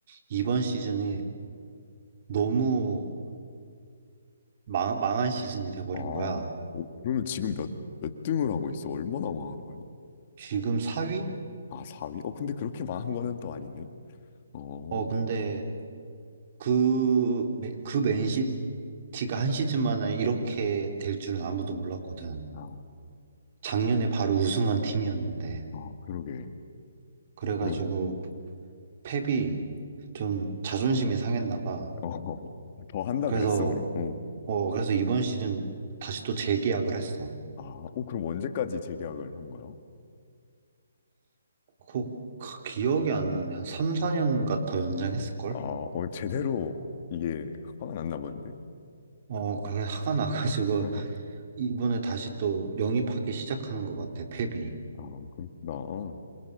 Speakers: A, on the right; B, on the left.
A: 이번 시즌이 너무 망, 망한 시즌이 돼버린
B: 아, 어,
A: 거야.
B: 그러면 지금 몇, 몇 등을 하고 있어? 얼마나 망한 거야?
A: 지금 4위?
B: 아, 4위? 어, 근데 그렇게 망한 거는 또 아니네. 어,
A: 어, 근데 그, 메- 그 맨시티가 한 시즌 만에 이렇게 될 줄은 아무도 몰랐거든.
B: 아,
A: 작년에 바로 우승한 팀이었는데.
B: 아, 그러게.
A: 그래가지고
B: 그런,
A: 펩이 좀 자존심이 상했나 봐.
B: 어, <laughs> 더 한다
A: 그래서
B: 그랬어, 그럼. 어.
A: 어 그래서 이번 시즌 다시 또 재계약을 했어.
B: 아, 어, 그럼 언제까지 재계약을 한 거야?
A: 그, 그 기억이 안 나네. 한 3, 4년인가 더 연장했을 걸?
B: 아, 어, 제대로 이게 화가 났나 본데?
A: 어 그래 화가 나가지고
B: <laughs>
A: 이번에 다시 또 영입하기 시작하는 것 같아 펩이.
B: 아, 그렇구나.